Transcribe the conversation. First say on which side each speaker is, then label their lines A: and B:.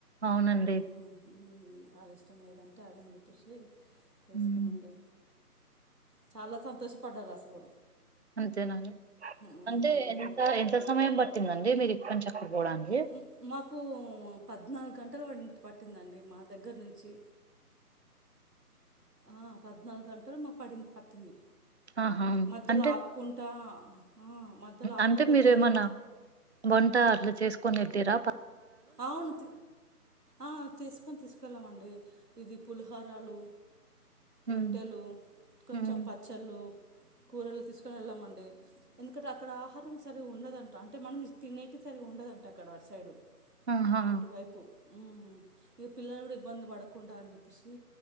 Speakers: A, on the right; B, on the right.
A: అవునండి
B: ఉమ్, ఉమ్, వాళ్ళ ఇష్టం ఏదంటే అదని చెప్పేసి వేసుకోమండి
A: ఉమ్
B: చాలా సంతోషపడ్డారు అసలు
A: అంతేనండి
B: ఉమ్, ఉమ్,
A: అంటే
B: ఉమ్.
A: ఎంత ఎంత సమయం పట్టిందండి మీరు ఇక్కడి నుంచి అక్కడ పోవడానికి
B: ఉమ్, మాకు పద్నాలుగు గంటలు పట్టిందండి మా దగ్గర నుంచి ఆ పద్నాలుగు గంటలు మాకు పడింది పట్టింది
A: ఆహా
B: మధ్యలో
A: అంటే
B: ఆపుకుంటా ఆ, మధ్యలో ఆపుకుంటా
A: అంటే మీరేమన్నా
B: తినడము
A: వంట అట్లా చేసుకునేంటిరా
B: అవును ఆ తీసుకొని తీసుకెళ్ళామండి ఇది పులిహోరలు రొట్టెలు
A: ఉమ్
B: కొంచెం
A: ఉమ్
B: పచ్చడులు కూరలు తీసుకొని వెళ్ళామండి ఎందుకంటే అక్కడ ఆహారం సరిగా ఉండదంట అంటే మనం తినేటి సరిగా ఉండదు అంట అంట అక్కడ అటు సైడు
A: ఆహా
B: అటువైపు మ్మ్ ఇక పిల్లలు కూడా ఇబ్బంది పడకుండా అని చెప్పేసి